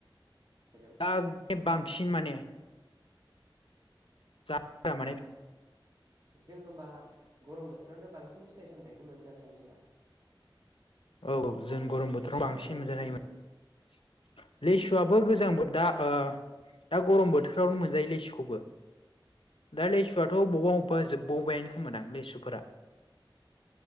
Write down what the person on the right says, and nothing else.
हेलौ
अ
जों होनबा गरम बोथोरावनो बां सिनि फिथाइ सामथायखौ मोनजानो हायो होमबा।
ओमफ्राय
लिसुखौलाय
मालाथो
मोनजायोमोन
अ